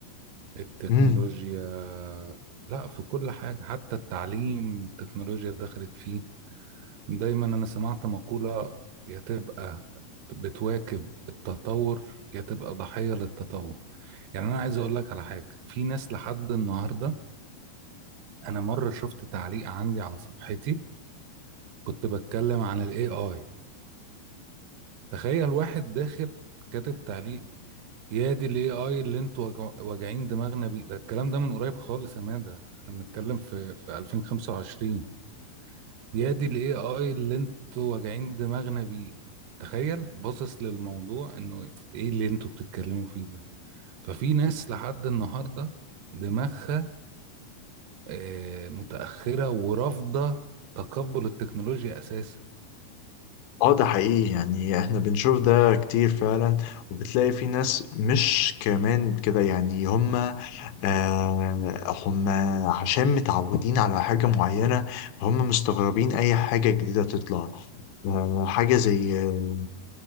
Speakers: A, on the right; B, on the left.
A: التكنولوجيا
B: مم.
A: لا في كل حاجة حتى التعليم التكنولوجيا دخلت فيه دايما انا سمعت مقولة يا تبقى بتواكب التطور يا تبقى ضحية للتطور يعني انا عايز اقول لك على حاجة في ناس لحد النهاردة انا مرة شفت تعليق عندي على صفحتي كنت بتكلم عن الاي اي تخيل واحد داخل كاتب تعليق يا دي الاي اي اللي انتوا واجع- واجعين دماغنا بيه ده الكلام ده من قريب خالص يا مادة احنا بنتكلم في في 2025 يا دي الاي اي اللي انتوا واجعين دماغنا بيه تخيل باصص للموضوع انه ايه اللي انتوا بتتكلموا فيه ده ففي ناس لحد النهارده دماغها آه، متأخرة ورافضة تقبل التكنولوجيا اساسا
B: اه ده حقيقي يعني احنا بنشوف ده كتير فعلا وبتلاقي في ناس مش كمان كده يعني هم آه هم عشان متعودين على حاجة معينة هم مستغربين أي حاجة جديدة تطلع آه حاجة زي آه،